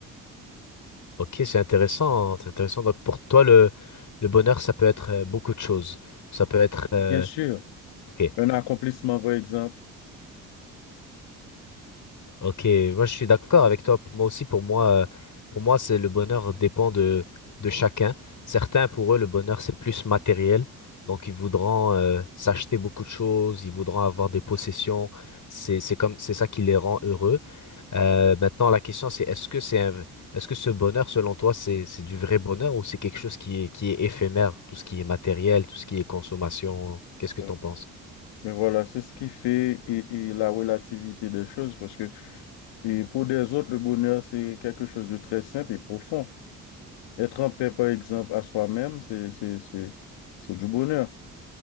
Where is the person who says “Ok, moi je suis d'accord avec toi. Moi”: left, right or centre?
Left